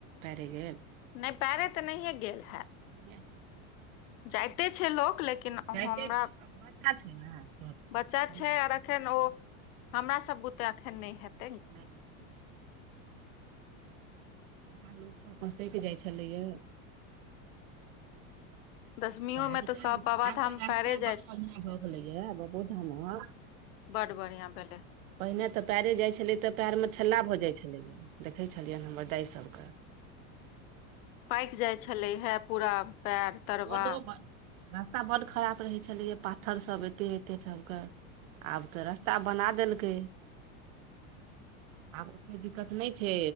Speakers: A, on the right (about 75°); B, on the left (about 80°).
A: पैरे गेल
B: नहि पैरे तऽ नहियें गेल हैत
A: बए <inaudible>
B: जाइते छै लोक लेकिन
A: जाइते
B: हमरा
A: छै बच्चा छै ने छोट केना
B: बच्चा छै
A: हेतै
B: आर एखन ओ हमरा सब बुते एखन नहि हेत
A: नहि <inaudible> लोक तऽ अपन सकि जाइ छलैए <unintelligible>
B: दसमियो
A: आब
B: मे
A: तऽ
B: सब बाबाधाम
A: आब तऽ रास्ता
B: पैरे जाइ
A: बड़
B: छै
A: बढ़ियाँ भऽ गेलैए बबोधाम मे
B: बड्ड बढ़ियाँ भैले
A: पहिने त पैरे जाइ छलै तऽ पयर मे ठेला भ जाइ छलै देखै छलियनि हमर दाय सबके <inaudible>
B: पाकि जाय छले हे पूरा पैर तरबा
A: रोडो रास्ता बड्ड खराब रहै छलैए पाथर सभ एते एते सभके आब त रास्ता बना देलकै आब ओतेक दिक्कत नहि छै